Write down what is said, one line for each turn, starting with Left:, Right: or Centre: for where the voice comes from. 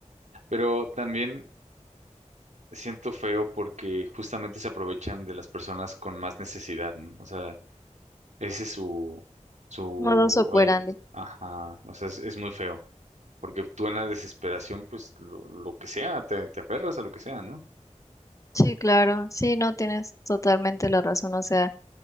Right: Pero también Siento feo porque justamente se aprovechan de las personas con más necesidad, ¿no? O sea, ese es su, su,
Left: Modus operandi.
Right: el- ajá, o sea, es, es muy feo, porque tú en la desesperación, pues, lo, lo que sea, te, te aferras a lo que sea, ¿no?
Left: Sí, claro, sí, no, tienes totalmente la razón. O sea,